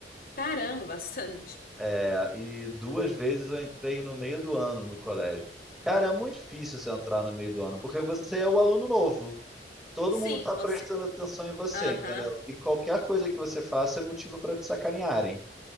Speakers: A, on the left (about 55°); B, in the centre.
A: Caramba, <laughs> bastante.
B: É, e duas vezes eu entrei no meio do ano no colégio. Cara, é muito difícil você entrar no meio do ano, porque você é o aluno novo. Todo
A: Sim,
B: mundo está
A: você.
B: prestando atenção em você,
A: Aham.
B: entendeu? E qualquer coisa que você faça é motivo para te sacanearem.